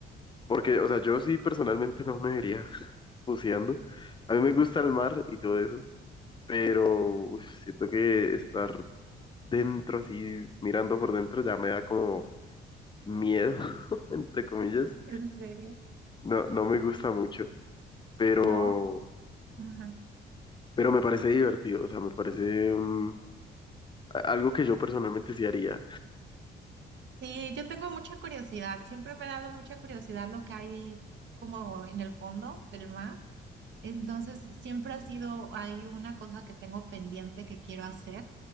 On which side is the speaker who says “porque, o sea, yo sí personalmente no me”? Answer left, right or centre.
Left